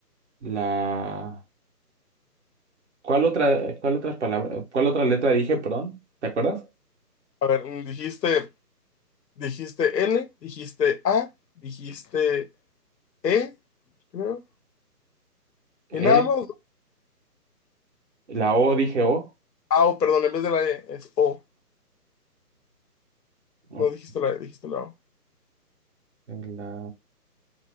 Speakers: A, on the right (about 45°); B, on the left (about 85°).
A: la... ¿Cuál otra, cuál otras palabra, cuál otra letra dije, perdón? ¿Te acuerdas?
B: A ver, mm, dijiste, dijiste L, dijiste A, dijiste E, creo.
A: Eh,
B: Y nada más.
A: la O dije O.
B: Ah, oh, perdón, en vez de la E es O.
A: Ok,
B: No dijiste la E, dijiste la O.
A: La